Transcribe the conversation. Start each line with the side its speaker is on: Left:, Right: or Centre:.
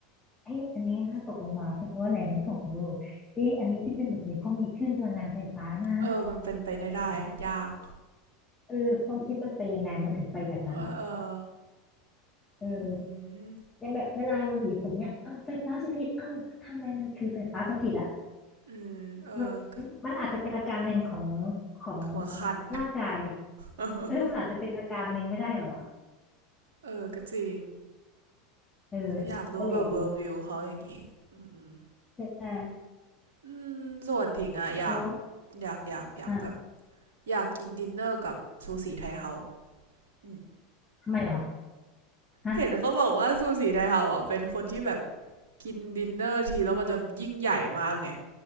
Left: เอ้ยอันนี้น่าตกลงมาเพราะว่าแรงน้ำถ่ของโลกเอ้ยอันนี้ที่เป็นแบบนี้เพราะมีคลื่นพลังงานไฟฟ้านะ
Right: เออมันเป็นไปไม่ได้ยาก
Left: อืมเออความคิดมันไปยังไงมันถึงไปแบบนั้นอะ
Right: เออเออ
Left: เออ
Right: อืม
Left: อย่างแบบเวลาเราหวีผมเนี่ยเอ้าไฟฟ้าสถิตเอ้าทำไมมันคือไฟฟ้าสถิตอะ
Right: อืมเออก็
Left: มันมันอาจจะเป็นอาการหนึ่งของของ
Right: หัวคัน
Left: ร่างกาย
Right: <laughs>
Left: เออมันอาจจะเป็นอาการหนึ่งไม่ได้หรอ
Right: เออก็จริง
Left: เออ
Right: คืออยากรู้ว่าแบบเวอร์วิวเขาอย่างนี้
Left: ก็เลยอยากรู้
Right: อืม
Left: ใช่
Right: อืมส่วนถิงอะอยาก
Left: แล้ว
Right: อยากอยากอยากแบบ
Left: อ่ะ
Right: อยากกินดินเนอร์กับซูสีไทเฮาอืม
Left: ทำไมหรอฮะ
Right: เห็นเขาบอกว่าซูสีไทเฮาอะเป็นคนที่แบบกินดินเนอร์ทีแล้วมันจะยิ่งใหญ่มากไง